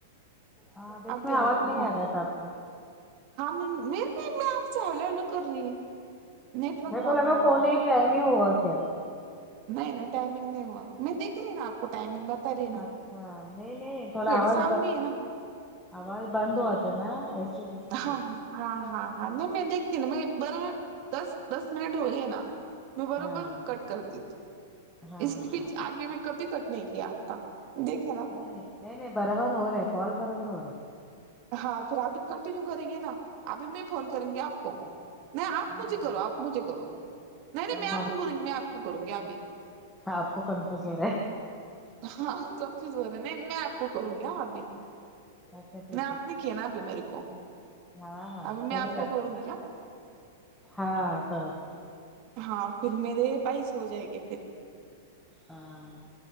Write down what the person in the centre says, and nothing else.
ہاں بیچ
میں
آواز
نہیں
آ رہا تھا آپ کا
میرے
کو لگا فون
ہی
ٹائم ہی ہوا کیا
اچھا نہیں نہیں تھوڑا آواز
آواز بند ہوا تھا نا ایسے اس لیے
ہاں
ہاں
نہیں نہیں نہیں نہیں برابر ہو رہا ہے کال برابر ہو رہا ہے
ہاں
ہاں
آپ کو کنفوز ہو رہا ہے
اچھا ٹھیک
ہے
ٹھیک
ہاں ہاں
چلیے
گا
<unintelligible> ہاں کرو کرو
ہاں